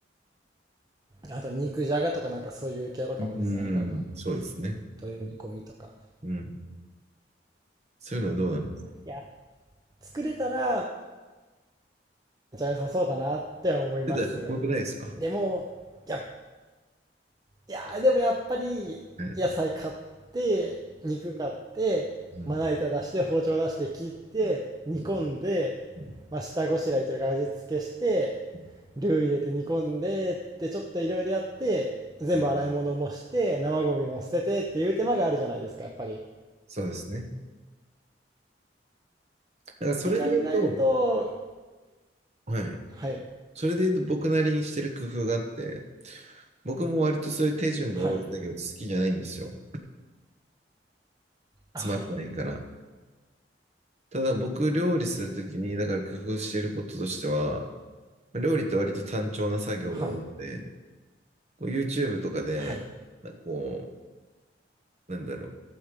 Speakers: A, on the right; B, on the right.
A: あと肉じゃがとかなんかそういう系とかもですよね、
B: うん。
A: 多分。
B: そうですね。
A: 鶏煮込みとか。
B: うん。そういうのはどうなんですか
A: いや、作れたらめっちゃ良さそうだなって思います。
B: 世代かっこよくないですか
A: でも、やっいやー、でもやっぱり、
B: はい。
A: 野菜買って、肉買って、
B: うん。
A: まな板出して、包丁出して切って、煮込んで、
B: うん。うん
A: まあ、下ごしらえというか味付けして、
B: うん
A: ルー入れて煮込んでってちょっといろいろやって、全部洗い物もして、
B: うん
A: 生ゴミも捨ててっていう手間があるじゃないですか、やっぱり。
B: そうですね。だからそれで言うと、
A: って考えると、
B: はい。
A: はい、
B: それで言うと僕なりにしてる工夫があって、僕も割とそういう手順が多い作業って好きじゃないんですよ。
A: はい、はい、
B: つまらないから。ただ僕料理するときに、だから工夫していることとしては、料理って割と単調な作業が多くて、
A: はい、
B: こう YouTube とかで、
A: はい。
B: まあこう、なんだろう、